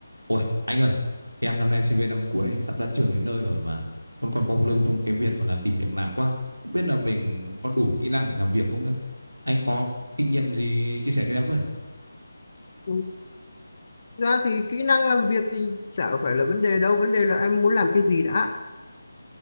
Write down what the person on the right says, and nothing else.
Ôi, anh ơi, em năm nay sinh viên năm cuối, sắp ra trường đến nơi rồi mà vẫn còn mông lung trong cái việc gọi là tìm việc làm quá. Không biết là mình có đủ kỹ năng để làm việc không nữa. Anh có kinh nghiệm gì chia sẻ cho em với?